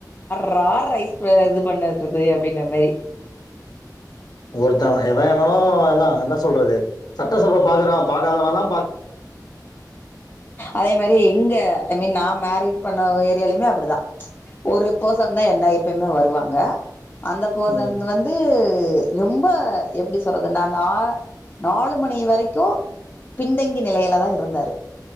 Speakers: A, on the left (about 30°); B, on the left (about 65°).
A: ரா ரைஸ் ப இது பண்ணறது அப்டின்ற மேரி
B: ஒருத்த எவ எவனோ எல்லா என்ன சொல்றது சட்டசப பாக்கறவ பாக்காதவலா
A: அதே மாரி இங்க ஐ மீன் நா மேரேஜ் பண்ண ஏரியாலியுமே அப்டிதா ஒருப் பஃர்சன்தா என்ன எப்பயுமே வருவாங்க அந்த போஃசன்
B: ம்
A: வந்து து ரொம்ப எப்டி சொல்றது நான் நா நாலு மணி வரைக்கு பின்தங்கி நெலையிலதா இருந்தாரு